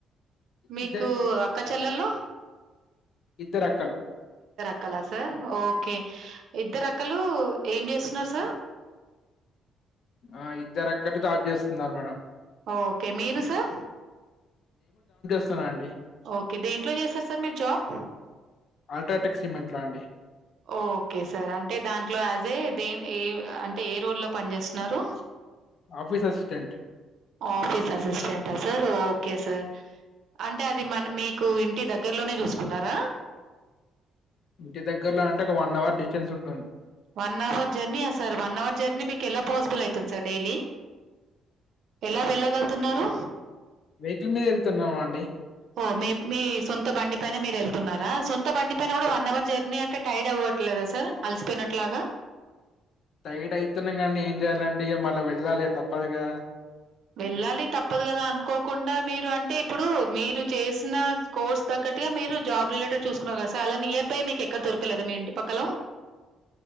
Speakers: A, on the right; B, on the left.
A: మీకు
B: ఇద్దరు
A: అక్క చెల్లెలు
B: ఇద్దరుక్కలు
A: క్కల సార్ ఓకే ఇద్దరు అక్కలు ఏం చేస్తు నాస
B: ఆ ఇద్దరు అక్కలు తాప్ చేస్తున్నారు మేడం
A: ఓకే మీరు సార్
B: న అండి
A: ఓకే దేంట్లో చేస్తారు సార్ మీరు జాబ్
B: అల్ట్రాటెక్ సిమెంట్ లో అండి
A: ఓకే సార్ అంటే దాంట్లో యాజ్ ఏ దే ఏ అంటే ఏ రోల్ల్లో పని చేస్తున్నారు
B: office assistant
A: office assistant sir okay sir అంటే అది మన మీకు దగ్గర్లోనే చూసుకున్నారా
B: ఇంటి దగ్గరలో అంటే ఒక వన్ అవర్ డిస్టెన్స్ ఉంటుంది
A: వన్ అవర్ జర్నీయా సార్ వన్ అవర్ జర్నీ మీకుక ఎలా పాసిబుల్ యితు తుమ్ డైలీ ఎలా వెళ్ళగలుగుతున్నారు
B: వెహికల్ మీద వెళ్తున్నామా అండి
A: ఓ మి మీ సొంత బడి పైన మీరు వెళ్తున్నారా సొంత బండి పైన కూడా వన్ అవర్ జర్నీ అంటే టైర్డ్ అవ్వట్లేదా సార్ అలసిపోయినట్లాగా
B: టైడ్ అవుతున్నాం కాగానీ ఏం చేయాలంటే ఇంటి మళ్ళీ వెళ్దాలి తప్పదుగా
A: వెళ్ళాలి తప్పదు కదా అనుకోకుండా మీరు అంటే ఇప్పుడు మీరు చేసిన కోర్స్ తగ్గగా మీరు జాబ్ రిలేె చూసుకున్నారు కద స అ నియర్ బై మీకుక్కడ దొకు పక్కలేదా మీ ఇంటి పక్కల